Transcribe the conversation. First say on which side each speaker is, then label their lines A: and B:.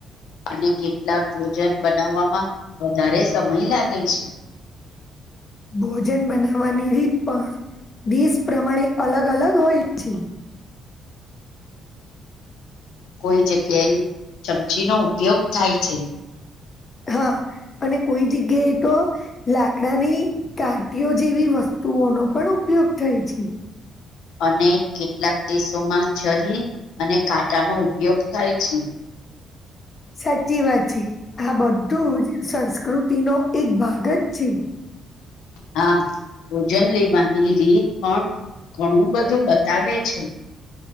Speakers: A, on the left; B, on the left.
A: અને કેટલાક ભોજન બનાવવામાં વધારે સમય લાગે છે.
B: ભોજન બનાવવાની રીત પણ દેશ પ્રમાણે અલગ અલગ હોય છે.
A: કોઈ જગ્યાએ ચમચીનો ઉપયોગ થાય છે.
B: હા અને કોઈ જગ્યાએ તો લાકડાની ટાંટીઓ જેવી વસ્તુ વસ્તુઓનો પણ ઉપયોગ થાય છે.
A: અને કેટલાક દેશોમાં છરી અને કાંટાનો ઉપયોગ થાય છે.
B: સાચી વાત છે આ બધુંજ સંસ્કૃતિનોો એક ભાગ જ છે.
A: હા ભોજન લેવાની રીત પણ ઘણું બધું બતાવે છે.